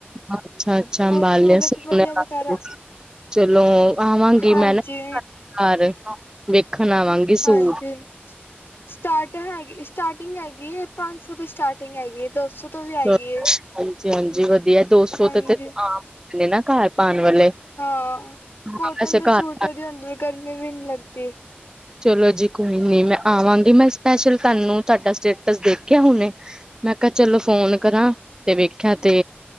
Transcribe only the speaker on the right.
ਅੱਛਾ ਅੱਛਾ ਅੰਬਾਲੇ
ਸੀ
ਅੰਬਾਲੇ
ਸੀ। ਚਲੋ ਆਵਾਂਗੀ
ਮੈਂ ਨਾ ਘਰ ਵੇਖਣ ਆਵਾਂਗੀ। ਸੂਟ
ਹਾਂਜੀ
ਹਾਂਜੀ ਵਧੀਆ ਦੋ ਸੌ
ਤੇ ਤੇ ਆਮ ਨੇ ਨਾ ਘਰ ਪਾਉਣ ਵਾਲੇ।
ਵੈਸੇ
ਘਰ
ਪਾ
ਚਲੋ ਜੀ ਕੋਈ ਨੀ ਮੈਂ ਆਵਾਂਗੀ ਮੈਂ ਸਪੈਸ਼ਲ ਤੁਹਾਨੂੰ ਤੁਹਾਡਾ ਸਟੇਟਸ ਦੇਖਿਆ ਹੁਣੇ। ਮੈਂ ਕਿਹਾ ਚਲੋ ਫੋਨ ਕਰਾਂ ਤੇ ਵੇਖਿਆ ਤੇ